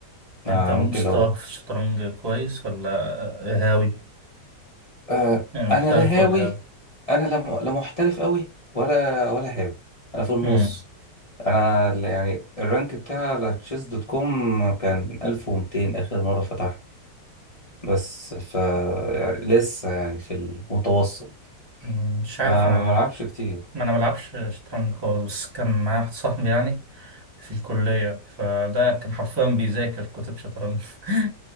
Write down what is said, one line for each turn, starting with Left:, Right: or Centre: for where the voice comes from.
Right: انت
Left: آه
Right: مستواك
Left: ممكن لو
Right: في الشطرنج كويس ولا هاوي
Left: آه
Right: يعني
Left: أنا
Right: محترف
Left: لا هاوي
Right: ولا هاوي
Left: أنا لا م- لا محترف أوي ولا ولا هاوي أنا في النص
Right: أمم.
Left: انا ال- يعني الرانك بتاع على تشيس دوت كوم كان 1200 اخر مره فتحت بس ف يعني لسه يعني في المتوسط
Right: أمم، مش عارف
Left: انا
Right: انا
Left: ما بلعبش كتير
Right: ما انا بلعبش شطرنج خالص بس كان معايا واحد صاحبي يعني في الكلية فده كان حرفيا بيذاكر كتب شطرنج <laughs>